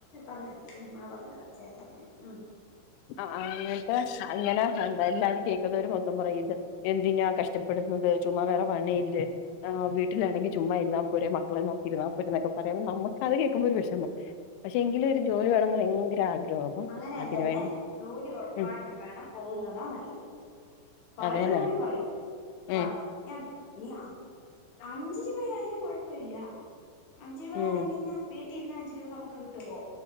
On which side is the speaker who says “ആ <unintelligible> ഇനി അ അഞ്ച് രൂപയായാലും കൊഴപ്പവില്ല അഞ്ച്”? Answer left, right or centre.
Left